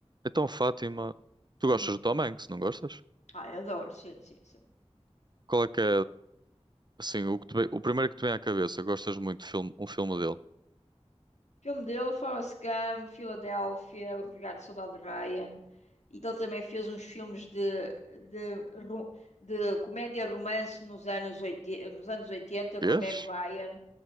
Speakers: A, on the right; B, on the left.
A: Então, Fátima, tu gostas
B: Hum.
A: do Tom Hanks, não gostas?
B: Ai, adoro, sim, sim, sim.
A: Qual é que é, assim, o que te vem- o primeiro que te vem à cabeça? Gostas muito de filme, um filme dele?
B: Filme dele, Forrest Gump, Filadélfia, O Resgate do Soldado Ryan. E que ele também fez uns filmes de, de, ro- de comédia romance nos anos 80, nos anos 80
A: Vês?
B: com a Meg Ryan.